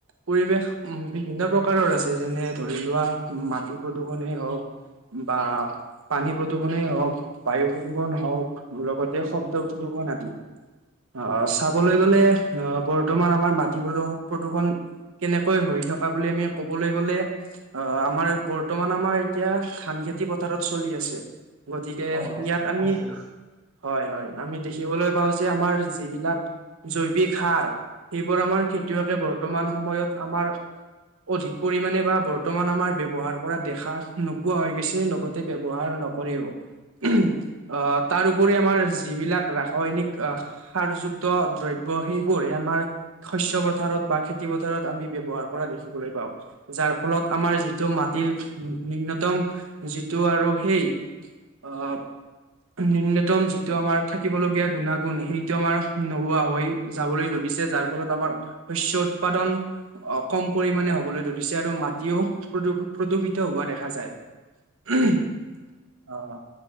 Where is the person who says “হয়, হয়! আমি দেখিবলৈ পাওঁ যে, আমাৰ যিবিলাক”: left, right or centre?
Right